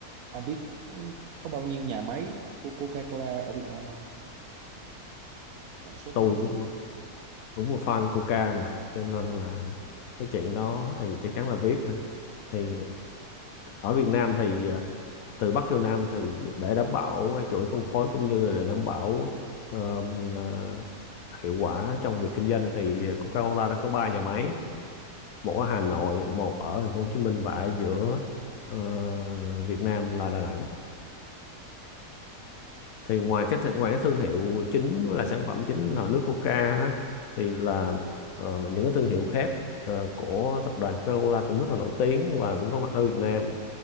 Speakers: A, on the right; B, on the left.
A: ông biết có bao nhiêu nhà máy của Coca-Cola ở Việt Nam không? Sản xuất
B: tôi
A: cái nước
B: cũng
A: này.
B: đúng một fan Coca mà cho nên là cái chuyện đó thì chắc chắn là biết ha thì ở Việt Nam thì ờ, từ Bắc vô Nam thì để đảm bảo cái chuỗi phân phối cũng như là để đảm bảo ờm, ờ, hiệu quả trong việc kinh doanh thì Coca-Cola đã có ba nhà máy một ở Hà Nội một ở thành phố Hồ Chí Minh và ở giữa ờ, Việt Nam là Đà Nẵng thì ngoài cái th- ngoài cái thương hiệu chính với là sản phẩm chính là nước Coca đó thì là ờ, những cái thương hiệu khác ờ, của tập đoàn Coca-Cola cũng rất là nổi tiếng và cũng có mặt ở Việt Nam